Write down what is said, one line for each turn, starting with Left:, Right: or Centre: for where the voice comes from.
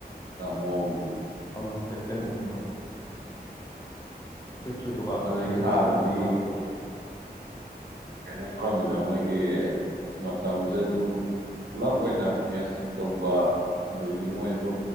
Right: ꯃꯑꯣꯣꯡ
Left: ꯑ ꯐꯦꯇ ꯃꯃ ꯊꯨꯗꯕ
Right: ꯑꯗꯒꯤ
Left: ꯀ
Right: ꯍꯥꯟꯅꯗꯤ
Left: ꯇꯧꯗꯕ ꯃꯥꯜꯂꯦꯕ
Right: ꯀꯩꯅꯣ ꯇꯧꯔꯝꯃꯤꯗꯅ ꯃꯣꯏꯒꯤ ꯃꯇꯝꯁꯦ ꯑꯗꯨꯝ ꯄꯨꯂꯞ ꯑꯣꯏꯅ ꯁꯀꯕ ꯑꯗꯨꯗꯒꯤ ꯃꯣꯏꯗꯣ